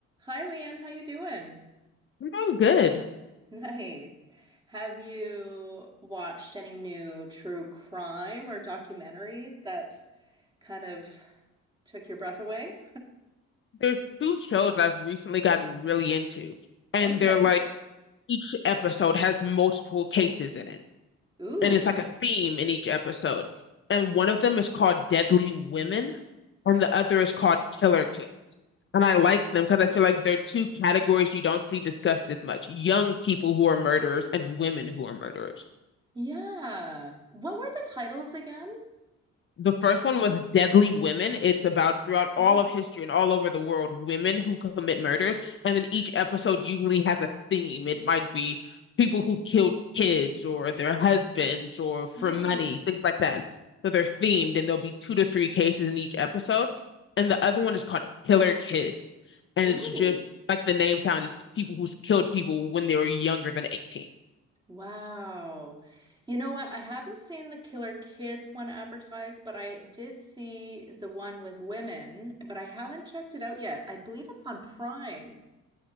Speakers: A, on the right (about 15°); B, on the left (about 40°).
A: Hi, Leanne. How you doing?
B: I'm doing good.
A: Nice. Have you watched any new true crime or documentaries that kind of took your breath away?
B: There's two shows that I've recently gotten really into, and
A: Okay.
B: they're like each episode has multiple cases in it,
A: Ooh.
B: and it's like a theme in each episode. And one of them is called Deadly Women, and the other is called Killer Kids. And I like them because I feel like they're two categories you don't see discussed as much: young people who are murderers and women who are murderers.
A: Yeah. What were the titles again?
B: The first one was Deadly Women. It's about throughout
A: Yeah,
B: all of history and all over the world, women who commit murders. And then each episode usually has a theme. It might be people who killed kids or their husbands or for
A: Right.
B: money, things like that. So they're themed and there'll be two to three cases in each episode. And the other one is called Killer Kids. And
A: Ooh.
B: it's just like the name sounds, it's people who's killed people when they were younger than 18.
A: Wow. You know what? I haven't seen the Killer Kids one advertised, but I did see the one with women, but I haven't checked it out yet. I believe it's on Prime,